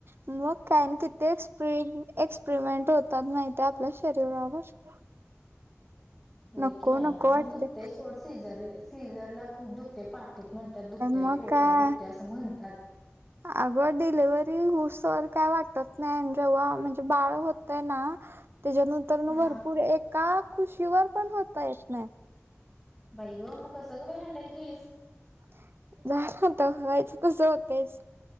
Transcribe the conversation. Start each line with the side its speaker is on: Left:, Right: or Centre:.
Right: मग काय आणि किती एक्सप एक्सपेरिमेंट होतात. माहिती आपल्या शरीरावर <inaudible>
Centre: होय
Right: नको
Centre: की बाई
Right: नको
Centre: नाही
Right: वाटते
Centre: दुखतय. सोड सीझर सीझरला खूप दुखतय पाठीत म्हणतात. दुखतय,
Right: मग
Centre: पोटात
Right: काय
Centre: दुखतय असं म्हणतात.
Right: अगं डिलिव्हरी होऊस तोवर काय वाटत. नाय. जेव्हा म्हणजे बाळ होतय, ना त्याच्यानंतर
Centre: हा.
Right: भरपूर एक एका खुशीवर पण होता येत नाही.
Centre: बाई ग मग कस ग बाय हँडल केलीस.
Right: <unintelligible> झालं... आता व्हायचं तसं होतंयच